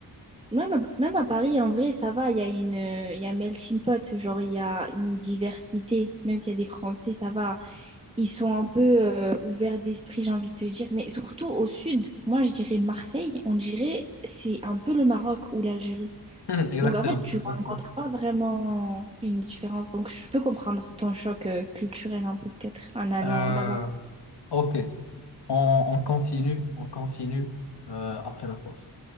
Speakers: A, on the right (about 15°); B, on the left (about 80°).
A: Même à, même à Paris, en vrai, ça va, il y a une, euh, il y a melting pot, genre il y a une diversité. Même s'il y a des Français, ça va. Ils sont un peu euh, ouverts d'esprit, j'ai envie de te dire. Mais surtout au sud, moi je dirais Marseille, on dirait c'est un peu le Maroc ou l'Algérie.
B: <laughs> exactement
A: Donc en fait, tu
B: exactement
A: rencontres pas vraiment une différence. Donc je peux comprendre ton choc euh, culturel un peu peut-être en allant
B: Euh,
A: là-bas.
B: ok, on, on continue, on continue euh, après la pause.